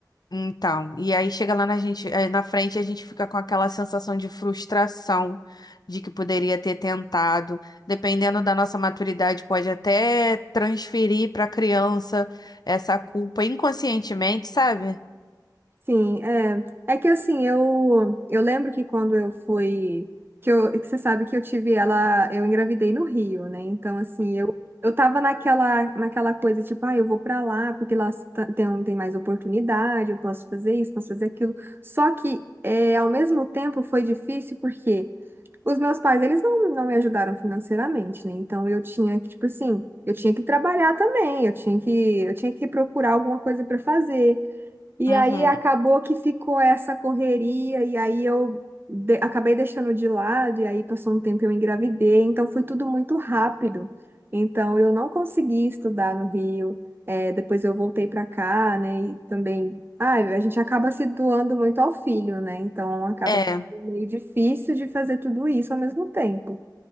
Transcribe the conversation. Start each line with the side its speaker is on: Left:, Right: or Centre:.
Left: Então, e aí chega lá na gente, eh, na frente, a gente fica com aquela sensação de frustração de que poderia ter tentado. Dependendo da nossa maturidade, pode até transferir para a criança essa culpa inconscientemente, sabe?
Right: Sim, é. É que assim, eu eu lembro que quando eu fui que eu que você sabe que eu tive ela, eu engravidei no Rio, né? Então assim, eu eu tava naquela naquela coisa tipo, ah, eu vou pra lá porque lá tá- tem um, tem mais oportunidade, eu posso fazer isso, posso fazer aquilo. Só que é, ao mesmo tempo foi difícil porque Os meus pais, eles não, não me ajudaram financeiramente, né? Então eu tinha que, tipo assim, eu tinha que trabalhar também, eu tinha que, eu tinha que procurar alguma coisa para fazer. E
Left: Uhum.
Right: aí acabou que ficou essa correria, e aí eu de- acabei deixando de lado, e aí passou um tempo e eu engravidei, então foi tudo muito rápido. Então eu não consegui estudar no Rio, é, depois eu voltei para cá, né? E também, ah, a gente acaba se doando muito ao filho, né? Então acaba
Left: É,
Right: meio difícil de fazer tudo isso ao mesmo tempo.